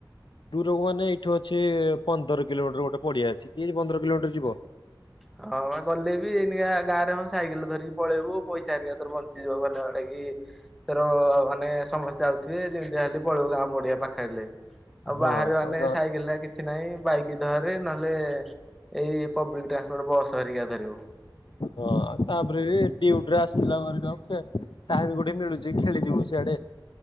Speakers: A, on the left (about 80°); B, in the centre.
A: ଦୂରକୁ ମେ ଏଇଠୁ ଅଛି ପନ୍ଦର କିଲୋମିଟର ଗୋଟେ ପଡିଆ ଅଛି କିଏ ଯେ ପନ୍ଦର କିଲୋମିଟର ଯିବ
B: ହଁ ବା କଲେ ବି ଏ ଗାଁରେ ହଁ ସାଇକେଲ ଧରିକି ପଳେଇବୁ ପଇସା ହେରିକା ତୋର ବଞ୍ଚିଯିବ ଗଲାବଳେ କି ତୋର ମାନେ ସମସ୍ତେ ଯାଉଥିବେ ଯେମିତି ହେଲେ ପଳେଇିବୁ ଗାଁ ପଡିିବା ପାଖରେ ଲାଗି ଆଉ
A: ହଁ
B: ବାହାରେ ମାନେ
A: ଆଉ ତା
B: ସାଇକେଲ କି କିଛି ନାହିଁ ବାଇକ ଧରେ ନହେଲେ ଏଇ ପବ୍ଲିକ ଟ୍ରାନ୍ସପୋର୍ଟ ବସ୍ ହରିକା ଧରିବ
A: ହଁ ତାପରେ ଡିଉଟରେ ଆସିଲ ମାନେ ଠୁ ଆଉ ଟାଇମ କୋଉଠେ ମିଳୁଛି ଖେଳିଯିବୁ ସିଆଡେ।